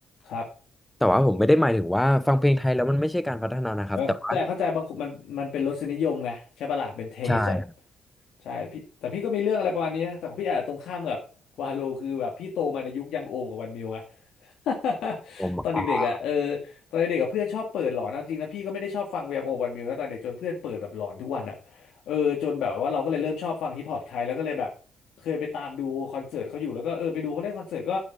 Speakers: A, on the left; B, in the centre.
A: ครับ
B: แต่ว่าผมไม่ได้หมายถึงว่าฟังเพลงไทยแล้วมันไม่ใช่การพัฒนานะครับแต่ว่า
A: เออแต่เข้าใจบางคนมันมันเป็นรสนิยมไงใช่ปะล่ะเป็นเทสอะ
B: ใช่คร
A: ใช่พี่แต่พี่ก็มีเรื่องอะไรประมาณนี้นะแต่ของพี่อาจจะตรงข้ามกับวาโลคือแบบพี่โตมาในยุคยังโอมกับวันมิวไง <laughs>
B: ับผมอ่ะ
A: ตอนเด็กๆอะเออตอนเด็กกับเพื่อนชอบเปิดหลอนเอาจริงนะพี่ก็ไม่ได้ชอบฟังยังโอมวันมิวนะตอนเด็กจนเพื่อนเปิดแบบหลอนทุกวันอะเออจนแบบว่าเราก็เลยเริ่มชอบฟังฮิปฮอปไทยแล้วก็เลยแบบเคยไปตามดูคอนเสิร์ตเขาอยู่แล้วก็เออไปดูเขาเล่นคอนเสิร์ตก็